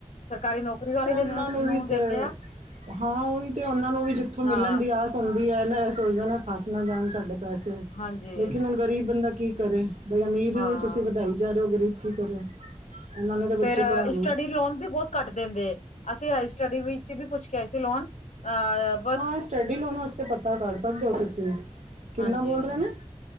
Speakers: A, on the left; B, on the right.
A: ਸਰਕਾਰੀ ਨੌਕਰੀ ਵਾਲੇ
B: ਉਹਨਾਂ
A: ਦੇ
B: ਨੂੰ ਵੀ
A: ਦਿੰਦੇ
B: ਤੇ
A: ਆ
B: ਹਾਂ ਉਹੀ ਤੇ ਉਹਨਾਂ ਨੂੰ ਵੀ ਜਿੱਥੋਂ ਮਿਲਣ
A: ਹਾਂ
B: ਦੀ ਆਸ ਹੁੰਦੀ ਐ ਨਾ ਇਹ ਸੋਚਦਾ ਨਾ ਫਸ ਨਾ ਜਾਣ ਸਾਡੇ ਪੈਸੇ,
A: ਹਾਂਜੀ
B: ਲੇਕਿਨ ਹੁਣ ਗਰੀਬ ਬੰਦਾ ਕੀ ਕਰੇ ਬਈ ਅਮੀਰ
A: ਹਾਂ
B: ਨੂੰ ਵੀ ਤੁਸੀਂ ਵੱਧਾਈ ਜਾ ਰਹੇ ਹੋ ਗਰੀਬ ਕੀ ਕਰੇ, ਇਹਨਾਂ ਨੇ ਤਾਂ ਬੱਚੇ
A: ਫੇਰ
B: ਪੜਾ
A: ਸਟੱਡੀ ਲੋਨ ਵੀ ਬਹੁਤ ਘੱਟ ਦਿੰਦੇ ਅਸੀਂ ਆਈ ਸਟੱਡੀ ਵਿੱਚ ਵੀ ਪੁੱਛ ਕੇ ਆਏ ਸੀ ਲੋਨ ਅਹ
B: ਹਾਂ ਸਟੱਡੀ ਲੋਨ ਵਾਸਤੇ ਪਤਾ ਕਰ ਸਕਦੇ ਹੋ ਤੁਸੀਂ, ਕਿੰਨਾ
A: ਹਾਂਜੀ
B: ਬੋਲ ਰਹੇ ਨੇ